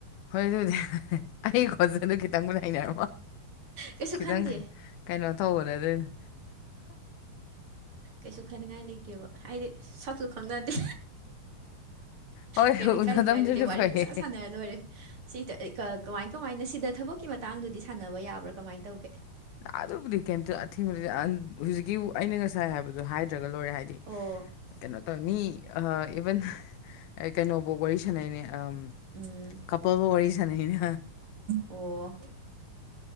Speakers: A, on the left; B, on the right.
A: ꯍꯣꯏ ꯑꯗꯨꯅꯦ ꯑꯩ ꯈꯣꯖꯦꯜꯗꯨ ꯈꯤꯇꯪꯕꯨꯗꯤ ꯍꯩꯅꯔꯝꯃꯣ
B: ꯀꯩꯁꯨ
A: ꯈꯤꯇꯪ
B: ꯈꯟꯗꯦ
A: ꯀꯩꯅꯣ ꯇꯧꯕꯅꯦ ꯑꯗꯨꯏꯅꯦ
B: ꯀꯩꯁꯨ ꯈꯟꯅꯤꯡꯉꯥꯏ ꯂꯩꯇꯦꯕ ꯍꯥꯏꯗꯤ ꯁꯛꯁꯨ ꯈꯪꯅꯗꯦ
A: ꯍꯣꯏ
B: ꯀꯩꯝ ꯏꯀꯥꯏꯅꯤꯉꯥꯏ
A: ꯎꯅꯗꯕꯗꯨꯅ
B: ꯂꯩꯇꯦ ꯋꯥꯔꯤ
A: ꯐꯩꯌꯦ
B: ꯄꯪꯁꯥ ꯁꯥꯟꯅꯔ ꯂꯣꯏꯔꯦ ꯁꯤ ꯀꯃꯥꯏ ꯀꯃꯥꯏꯅ ꯁꯤꯗ ꯊꯕꯛꯀꯤ ꯃꯇꯥꯡꯗꯨꯗꯤ ꯁꯥꯟꯅꯕ ꯌꯥꯕ꯭ꯔꯥ ꯀꯃꯥꯏꯟ ꯇꯧꯒꯦ
A: ꯑꯗꯨꯕꯨꯗꯤ ꯀꯩꯝꯇ ꯑꯊꯤꯡꯕꯗ <unintelligible> ꯍꯧꯖꯤꯛꯀꯤ ꯑꯩꯅ ꯉꯁꯥꯏ ꯍꯥꯏꯕꯗꯨ ꯍꯥꯏ ꯗ꯭ꯔꯒ ꯂꯣꯏꯔꯦ ꯍꯥꯏꯗꯤ
B: ꯑꯣ
A: ꯀꯩꯅꯣ ꯇꯧꯋꯦ ꯃꯤ ꯑ ꯏꯚꯟ ꯑꯩ ꯀꯩꯅꯣꯕꯨꯛ ꯋꯥꯔꯤ ꯁꯥꯟꯅꯩꯅꯦ ꯑꯝ
B: ꯎꯝ꯫
A: ꯀꯄꯜꯕꯨ ꯋꯥꯔꯤ ꯁꯥꯟꯅꯅꯦ
B: ꯑꯣ